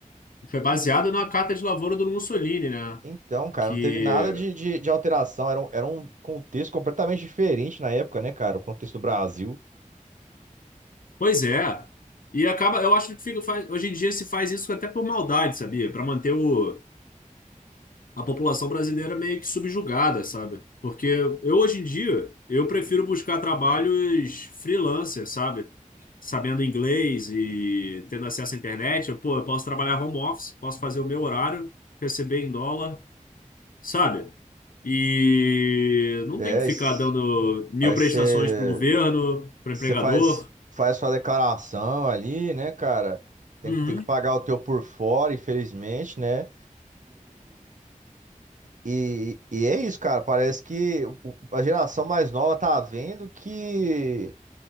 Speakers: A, on the left; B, on the right.
A: Foi baseado na carta de lavoura do Mussolini, né?
B: Então, cara,
A: Que.
B: não teve nada de, de, de alteração. Era um, era um contexto completamente diferente na época, né, cara? O contexto do Brasil.
A: Pois é. E acaba. Eu acho que fica, faz- hoje em dia se faz isso até por maldade, sabia? Para manter o, a população brasileira meio que subjugada, sabe? Porque eu, hoje em dia, eu prefiro buscar trabalhos freelancer, sabe? Sabendo inglês e tendo acesso à internet. Eu, pô, eu posso trabalhar home office, posso fazer o meu horário, receber em dólar. sabe? E não
B: É,
A: tem que ficar
B: es-
A: dando mil
B: aí
A: prestações
B: você
A: para o governo, para
B: você
A: o empregador.
B: faz, faz sua declaração ali, né, cara? Tem,
A: Uhum.
B: que- tem que pagar o teu por fora, infelizmente, né? E, e é isso, cara. Parece que o- a geração mais nova tá vendo que,